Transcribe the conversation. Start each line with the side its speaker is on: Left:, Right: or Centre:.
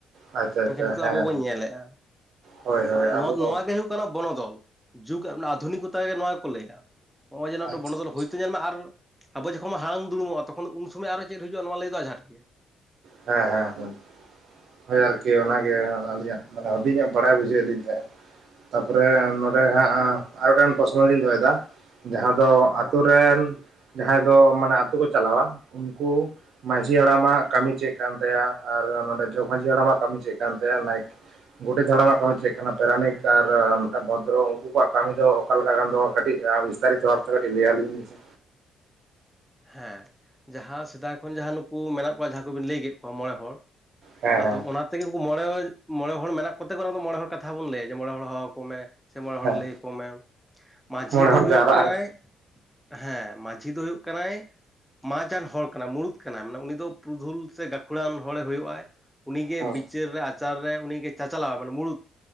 Right: ᱟᱪᱪᱷᱟ ᱟᱪᱪᱷᱟ
Centre: ᱢᱮᱱᱠᱷᱟᱱ ᱱᱤᱛᱚᱜ
Right: ᱦᱮᱸ
Centre: ᱟᱵᱚ ᱵᱚᱱ ᱧᱮᱞᱮᱫᱼᱟ
Right: ᱦᱳᱭ ᱦᱳᱭ ᱟᱵᱚ
Centre: ᱱᱚᱣᱟ ᱱᱚᱣᱟ ᱜᱮ ᱦᱩᱭᱩᱜ ᱠᱟᱱᱟ ᱵᱚᱱᱚᱫᱚᱞ ᱡᱩᱜᱽ ᱟᱫᱷᱩᱱᱤᱠᱚᱛᱟ ᱜᱮ ᱱᱚᱣᱟ ᱜᱮᱠᱚ ᱞᱟᱹᱭᱟ ᱱᱚᱜᱼᱚᱭ ᱡᱮᱼ
Right: ᱟᱪᱪᱷᱟ
Centre: ᱵᱚᱱᱚᱫᱚᱞ
Right: ᱟᱪᱪᱷᱟ
Centre: ᱦᱚᱭᱛᱳ ᱧᱮᱞ ᱢᱮ ᱟᱨ ᱟᱵᱚ ᱡᱚᱠᱷᱚᱱ ᱦᱟᱲᱟᱢ ᱫᱩᱲᱩᱚᱜᱼᱟ ᱛᱚᱠᱷᱚᱱ ᱩᱱ ᱥᱚᱢᱚᱭ ᱟᱨ ᱪᱮᱫ ᱦᱩᱭᱩᱜᱩᱜᱼᱟ ᱱᱚᱣᱟ ᱞᱟᱹᱭ ᱫᱚ ᱟᱷᱟᱴ ᱜᱮᱭᱟ
Right: ᱦᱮᱸ ᱦᱮᱸ ᱦᱮᱸ ᱦᱳᱭ ᱟᱨᱠᱤ ᱚᱱᱟᱜᱮ ᱟᱹᱞᱤᱧᱟᱜ ᱢᱟᱱᱮ ᱦᱩᱰᱤᱧᱚᱜ ᱵᱟᱲᱟᱭ ᱵᱩᱡᱷᱟᱹᱣᱮᱫ ᱞᱤᱧ ᱛᱟᱦᱮᱸᱫ ᱛᱟᱨᱯᱚᱨᱮ ᱱᱚᱰᱮ ᱦᱟᱸ ᱟᱨ ᱜᱚᱴᱟᱝ ᱯᱷᱚᱥᱚᱱᱚ ᱞᱤᱧ ᱫᱚᱦᱚᱭᱮᱫᱟ ᱡᱟᱦᱟᱸ ᱫᱚ ᱟᱛᱳ ᱨᱮᱱᱱ ᱡᱟᱦᱟᱸᱭ ᱫᱚ ᱢᱟᱱᱮ ᱟᱛᱳ ᱠᱚ ᱪᱟᱞᱟᱣᱟ ᱩᱱᱠᱩ ᱢᱟᱺᱡᱷᱤ ᱦᱟᱲᱟᱢᱟᱜ ᱠᱟᱹᱢᱤ ᱪᱮᱫ? ᱪᱮᱫ ᱠᱟᱱ ᱛᱟᱭᱟ ᱟᱨ ᱱᱚᱰᱮ ᱡᱚᱜᱽ ᱢᱟᱺᱡᱷᱤ ᱦᱟᱲᱟᱢᱟᱜ ᱠᱟᱹᱢᱤ ᱪᱮᱫ ᱠᱟᱱ ᱛᱟᱭᱟ ᱱᱟᱼ ᱜᱚᱴᱮᱛ ᱫᱟᱲᱟᱢᱟᱜ ᱠᱟᱹᱢᱤ ᱪᱮᱫ ᱠᱟᱱᱟ ᱯᱮᱨᱟᱱᱤᱠ ᱟᱨ ᱢᱤᱫᱴᱟᱝ ᱵᱷᱚᱫᱽᱨᱚ ᱩᱱᱠᱩ ᱠᱚᱣᱟᱜ ᱠᱟᱹᱢᱤ ᱫᱚ ᱚᱠᱟ ᱞᱮᱠᱟ ᱠᱟᱹᱴᱤᱪ ᱜᱟᱱ ᱛᱟᱨᱤᱛᱚ ᱵᱷᱟᱵ ᱛᱮ ᱠᱟᱹᱴᱤᱡ ᱞᱟᱹᱭ ᱟᱹᱞᱤᱧ ᱢᱮ ᱥᱮ
Centre: ᱦᱮᱸ ᱡᱟᱦᱟᱸ ᱥᱮᱫᱟᱭ ᱠᱷᱚᱱ ᱡᱟᱦᱟᱸ ᱱᱩᱠᱩ ᱢᱮᱱᱟᱜ ᱠᱚᱣᱟ ᱡᱟᱦᱟᱸ ᱠᱚᱵᱤᱱ ᱞᱟᱹᱭ ᱠᱮᱫ ᱠᱚᱣᱟ ᱢᱚᱬᱮ ᱦᱚᱲ
Right: ᱦᱮᱸ
Centre: ᱟᱫᱚ
Right: ᱦᱮᱸ
Centre: ᱚᱱᱟ ᱛᱮᱜᱮ ᱩᱱᱠᱩ ᱢᱚᱬᱮ ᱢᱚᱬᱮ ᱦᱚᱲ ᱢᱮᱱᱟᱜ ᱠᱚᱛᱮ ᱠᱚ ᱚᱱᱟ ᱢᱚᱬᱮ ᱦᱚᱲ ᱠᱟᱛᱷᱟ ᱵᱚᱱ ᱞᱟᱹᱭᱟ ᱡᱮ ᱢᱚᱬᱮ ᱦᱚᱲ ᱦᱚᱦᱚ ᱟᱠᱚ ᱢᱮ ᱥᱮ ᱢᱚᱬᱮ ᱦᱚᱲ
Right: ᱦᱮᱸ
Centre: ᱞᱟᱹᱭ ᱟᱠᱚ ᱢᱮ ᱢᱟᱺᱡᱷᱤ
Right: ᱢᱚᱬᱮ
Centre: ᱫᱚ
Right: ᱦᱚᱲ
Centre: ᱦᱩᱭᱩᱜ
Right: ᱡᱟᱣᱨᱟᱜ
Centre: ᱠᱟᱱᱟᱭ
Right: ᱟᱭ
Centre: ᱦᱮᱸ ᱢᱟᱺᱡᱷᱤ ᱫᱚ ᱦᱩᱭᱩᱜ ᱠᱟᱱᱟᱭ ᱢᱟᱡᱷᱼᱟᱱ ᱦᱚᱲ ᱠᱟᱱᱟ ᱢᱩᱬᱩᱫ ᱠᱟᱱᱟᱭ ᱢᱟᱱᱮ ᱩᱱᱤ ᱫᱚ ᱯᱩᱨᱩᱫᱷᱩᱞ ᱥᱮ ᱜᱟᱹᱠᱷᱩᱲᱟᱱ ᱦᱚᱲᱮ ᱦᱩᱭᱩᱜ ᱟᱭ ᱩᱱᱤᱜᱮ
Right: ᱦᱮᱸ
Centre: ᱵᱤᱪᱟᱹᱨ ᱨᱮ ᱟᱪᱟᱨ ᱨᱮ ᱩᱱᱤᱜᱮ ᱪᱟᱪᱟᱞᱟᱣᱟᱭ ᱢᱟᱱᱮ ᱢᱩᱬᱩᱫ